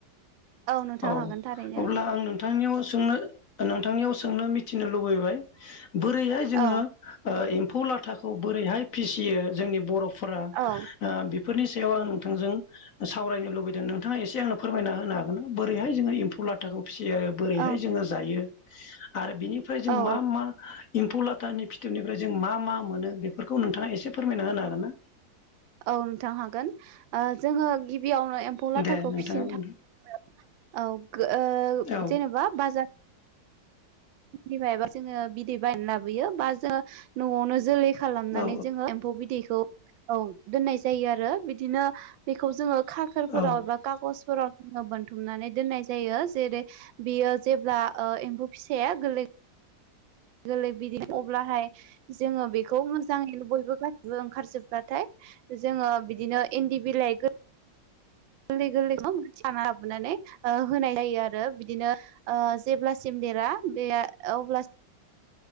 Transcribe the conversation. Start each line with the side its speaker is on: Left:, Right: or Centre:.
Right: नोंथां
Left: औ
Right: हागोन थारैनो
Left: अब्ला आं नोंथांनियाव सोंनो नोंथांनियाव सोंनो मिथिनो लुबैबाय। बोरैहाय जोङो
Right: औ
Left: ओ एम्फौ लाथाखौ बोरैहाय फिसियो जोंनि बर' फ्रा ओ
Right: औ
Left: बिब बेफोरनि सायाव आं नोंथांजों सावरायनो लुबैदों नोंथाङा एसे आंनो फोरमायना होनो हागो बोरैहाय जोङो एम्फौ लाथाखौ फिसियो बोरैहाय
Right: औ
Left: जोङो जायो आरो बिनिफ्राय जों
Right: औ
Left: मा मा एम्फौ लाथानि फिथोबनिफ्राय जों मा मा मोनो बेफोरखौ नोंथाङा एसे फोरमायना होनो हागोन ना
Right: औ नोंथां हागोन ओ जोङो गिबियावनो एम्फौ लाथाखौ
Left: दे नोंथाङा
Right: फिसिनो
Left: बुंदो
Right: था औ गो ओ
Left: औ
Right: जेनेबा बाजार बि बायबा जोङो बिदै बायनानै लाबोयो बा जों न'आवनो जोलै खालामनानै
Left: औ
Right: जोङो एम्फौ बिदैखौ औ दोननाय जायो आरो बिदिनो बेखौ जोङो खाखोरफोराव
Left: औ
Right: एबा खागज फोराव बोनथुमनानै दोनाय जायो जेरै बियो जेब्ला ओ एम फौ फिसाया गोलै गोरलै बिदि अब्लाहाय जोङो बेखौ मोजाङैनो बयबो गा <unintelligible> बो ओंखारजोबाथाय जोङो बिदिनो इन्दि बिलाइ गो गोरलै गोरलै खाना लाबोनानै होनाय जायो आरो बिदिनो ओ जेब्लासिम देरा बे अब्लास